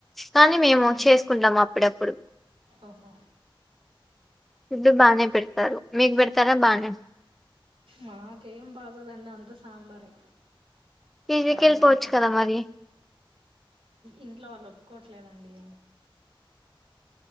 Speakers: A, in the centre; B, on the right (about 80°).
A: కానీ మేము
B: ఉమ్
A: చేసుకుంటాం అప్పుడప్పుడు
B: ఓహో
A: ఇద్డు బానే పెడతారు మీకు పెడతారా బానే
B: మాకేం బాగోదండి అంత సాంబారే
A: పీజీకి
B: సాబార్
A: వెళ్ళిపోవచ్చు
B: సాబార్
A: కదా మరి
B: ఇంట్లో వాళ్ళు ఒప్పుకోవట్లేదండి